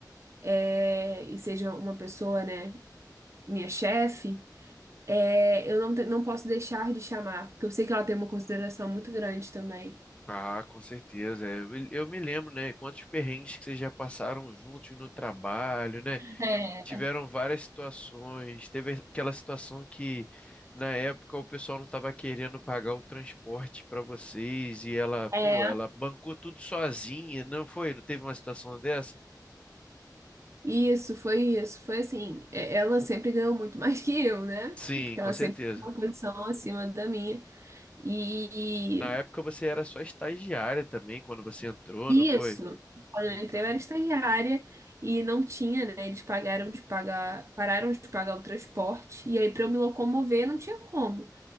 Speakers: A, on the right; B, on the left.
A: é, e seja uma pessoa, né, minha chefe, é, eu não, te- não posso deixar de chamar, porque eu sei que ela tem uma consideração muito grande também.
B: Ah, com certeza. é, Eu, eu me lembro, né? Quantos perrengues que vocês já passaram juntos no trabalho, né?
A: É,
B: tiveram várias situações. Teve aquela situação que na época o pessoal não estava querendo pagar o transporte para vocês e ela,
A: É,
B: pô, ela bancou tudo sozinha, não foi? Não teve uma situação dessa?
A: Isso, foi isso. Foi assim, é- ela sempre ganhou muito <laughs> mais que eu, né?
B: Sim,
A: Porque
B: com
A: ela
B: certeza.
A: sempre tinha uma posição acima da minha. E
B: Na época você era só estagiária também quando você entrou,
A: isso,
B: não foi?
A: quando
B: Então,
A: eu entrei, eu era estagiária e não tinha, né? Eles pagaram de pagar, pararam de pagar o transporte. E aí, para eu me locomover, não tinha como.